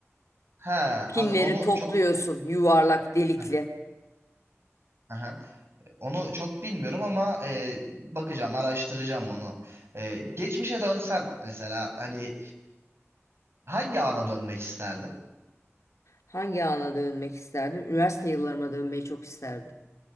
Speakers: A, on the right; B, on the left.
A: Ha
B: Pinleri
A: ana- onu
B: topluyorsun
A: çok
B: yuvarlak delikli.
A: Aha. aha. Onu çok bilmiyorum ama e, bakacağım, araştıracağım onu. E, geçmişe dönsen mesela hani hangi ana dönmek isterdin?
B: Hangi ana dönmek isterdim? Üniversite yıllarıma dönmeyi çok isterdim.